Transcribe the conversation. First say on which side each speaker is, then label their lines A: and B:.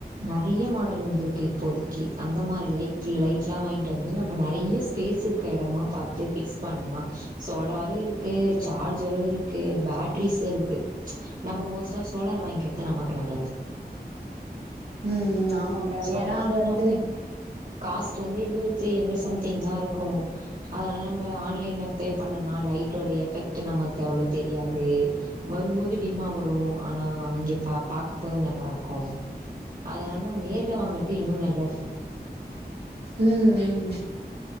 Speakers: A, on the right; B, on the right.
A: நறைய மாடல் வந்திருக்கு இப்போதைக்கு அந்த மாரி லைட் லைட்லா வாங்கிட்டு வந்து நம்ம நறைய ஸ்பேஸ் இருக்க எடமா பாரத்து பிக்ஸ் பண்ணலா சோலாரு இருக்கு சார்ஜரு இருக்கு பேட்ரீஸ்சு இருக்கு நம்ம மோஸ்ட்டா சோலார் வாங்கிக்கிறது நமக்கு நல்லது
B: ம் ம் ஆமா மேடம்
A: சோலா
B: ஏன்னா
A: ஆனா
B: அது வந்து
A: நானு காஸ்ட் வந்து எப்படியு ஒரு த்ரீ ஹன்ட்ரட் சம்திங் தா இருக்கு அதனால நம்ம ஆன்லைன்ல பே பண்ணம்னா லைட்டோட எஃபெக்ட் நமக்கு அவ்ளோ தெரியாது வரும்போது டிம்மா வரு ஆனா இங்க பா பாக்க போது நல்லா இருக்கு அதனால நம்ம நேர்லே வாங்குறது இன்னு நல்லது
B: ம் ம்